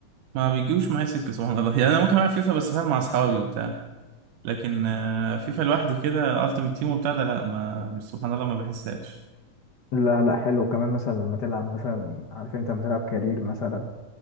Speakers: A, on the right; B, on the left.
A: ما بيجيوش معايا سكه سبحان الله يعني انا ممكن العب فيفا بس فاهم مع اصحابي وبتاع لكن آه، فيفا لوحدي كده التيمت تيم وبتاع ده لا ما مش سبحان الله ما بحسهاش
B: لا لا حلو كمان مثلا لما تلعب مثلا عارف أنت لما تلعب كارير مثلا